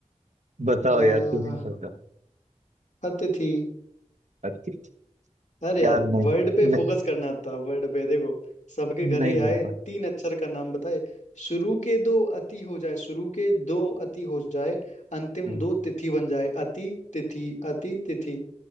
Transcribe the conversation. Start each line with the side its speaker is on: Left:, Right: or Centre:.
Right: बताओ
Left: ट-
Right: यार तुम्हें पता
Left: अतिथि
Right: अच्छी
Left: अरे
Right: यार
Left: यार
Right: नहीं
Left: वर्ड पे
Right: नहीं
Left: फोकस करना था वर्ड पे देखो सबके घरे
Right: नहीं हो
Left: आए
Right: पाया
Left: तीन अक्षर का नाम बताए शुरू के दो अति हो जाए शुरू के दो अति हो जाए अंतिम
Right: हाँ,
Left: दो तिथि बन जाए अति तिथि अति तिथि